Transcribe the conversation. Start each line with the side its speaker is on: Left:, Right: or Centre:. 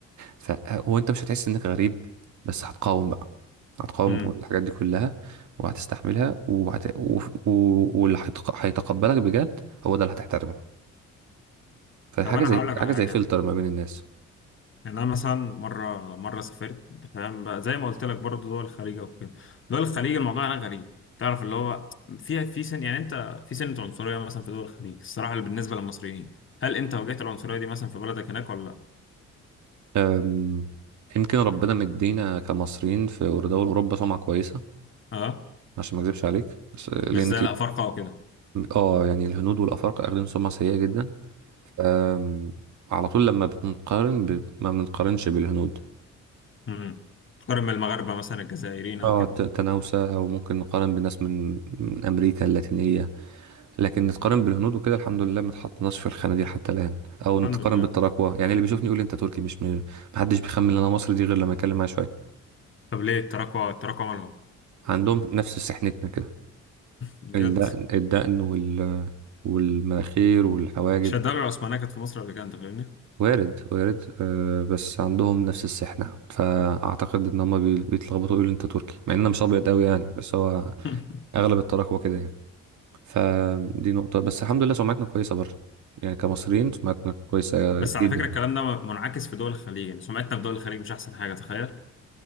Right: فهو انت مش هتحس انك غريب بس هتقاوم بقى هتقاوم
Left: امم
Right: الحاجات دي كلها وهتستحملها وهت... و... و... واللي هيتق- هيتقبلك بجد هو ده اللي هتحترمه فحاجة
Left: طب انا
Right: زي
Left: هقول لك على
Right: حاجة
Left: حاجه
Right: زي فلتر ما بين الناس
Left: يعني انا مثلا مره مره سافرت انت فاهم بقى زي ما قلت لك برضه دول الخليج وكده دول الخليج الموضوع هناك غريب تعرف اللي هو في في سن يعني انت في سنه عنصريه مثلا في دول الخليج الصراحه اللي بالنسبه للمصريين هل انت واجهت العنصريه دي مثلا في بلدك هناك ولا لا
Right: أم... يمكن ربنا مدينا كمصريين في دول أوروبا سمعة كويسة
Left: اه
Right: عشان ما اكذبش عليك بس- لأن
Left: مش زي
Right: في...
Left: لا فرقه وكده
Right: اه يعني الهنود والأفارقة أخدين سمعة سيئة جدا أم... على طول لما بنقارن ب... ما بنقارنش بالهنود
Left: امم تقارن بالمغاربة مثلا الجزائريين أو
Right: اه
Left: كده
Right: ت- تناوسة او ممكن نقارن بناس من من امريكا اللاتينية لكن نتقارن بالهنود وكده الحمد لله ما اتحطناش في الخانة دي حتى الان او نتقارن
Left: الحمد لله
Right: بالتراكوة يعني اللي بيشوفني يقول لي انت تركي مش م- محدش بيخمن ان انا مصري دي غير لما اتكلم معاه شوية
Left: طب ليه التراكوة التراكوة مالهم
Right: عندهم نفس سحنتنا كده
Left: بجد
Right: الدقن الدقن وال والمناخير والحواجب
Left: مش الدولة العثمانية كانت في مصر قبل كده أنت فاهمني
Right: وارد وارد آه بس عندهم نفس السحنة فاعتقد ان هم بي- بيتلخبطوا يقولوا انت تركي مع ان انا مش ابيض قوي يعني بس هو
Left: <laughs>
Right: اغلب التراكوة كده يعني فدي نقطة بس الحمد لله سمعتنا كويسة بره يعني كمصريين سمعتنا كويسة
Left: بس على
Right: جدا
Left: فكرة الكلام
Right: بره
Left: ده منعكس في دول الخليج يعني سمعتنا في دول الخليج مش أحسن حاجة تخيل